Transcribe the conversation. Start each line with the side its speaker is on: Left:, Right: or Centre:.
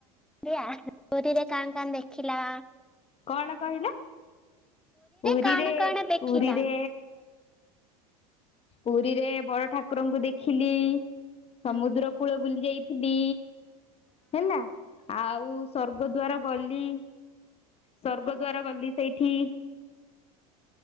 Centre: ପୁରୀରେ କଣ କଣ ଦେଖିଲ?
Left: କଣ କହିଲ ପୁରୀରେ
Centre: କଣ କଣ ଦେଖିଲ?
Left: ପୁରୀରେ ପୁରୀରେ ବଡ଼ ଠାକୁରଙ୍କୁ ଦେଖିଲି
Centre: ହୁଁ
Left: ସମୁଦ୍ର କୂଳ ବୁଲି ଯାଇଥିଲି
Centre: ହଁ
Left: ହେଲା ଆଉ ସ୍ୱର୍ଗ ଦ୍ଵାର ଗଲି। ସର୍ଗ ଦ୍ଵାର ଗଲି ସେଇଠି